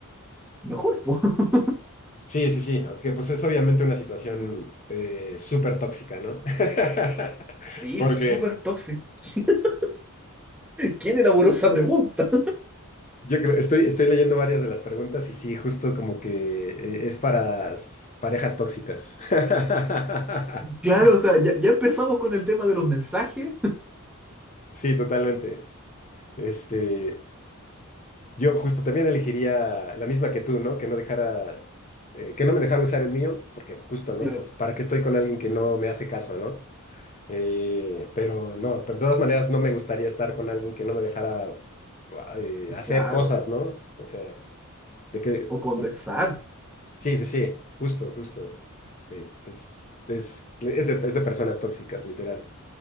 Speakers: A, in the centre; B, on the left.
A: mejor, pues. <laughs>
B: Sí, sí, sí. aunque pues es obviamente una situación eh, súper tóxica, ¿no? <laughs>
A: Sí,
B: Porque
A: súper tóxico. <laughs> ¿Quién elaboró esa pregunta?
B: yo creo, estoy, estoy leyendo varias de las preguntas y sí, justo como que eh, es para s- parejas tóxicas. <laughs>
A: Claro, o sea, ya, ya empezamos con el tema de los mensajes
B: Sí, totalmente. Este, Yo justo también elegiría la misma que tú, ¿no? Que no dejara, eh, que no me dejara usar el mío, porque justo, ¿no?
A: Claro.
B: Pues para qué estoy con alguien que no me hace caso, ¿no? Eh, pero no, pues de todas maneras no me gustaría estar con alguien que no me dejara ah, eh, hacer
A: Claro.
B: cosas, ¿no? O sea, de que,
A: O conversar.
B: pu- sí, sí, sí, justo, justo. Eh, pues es, es de, es de personas tóxicas, literal.